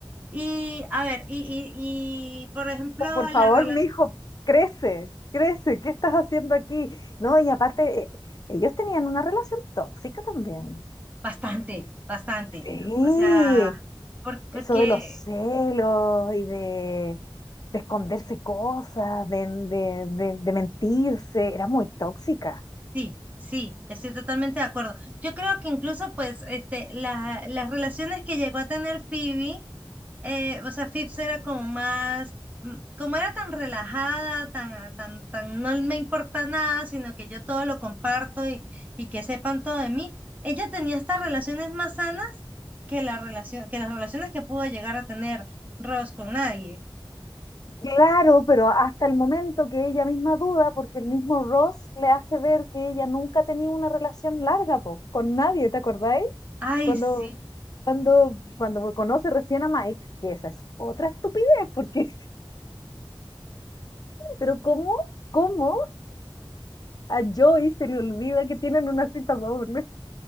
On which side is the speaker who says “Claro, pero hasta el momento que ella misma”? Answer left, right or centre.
Left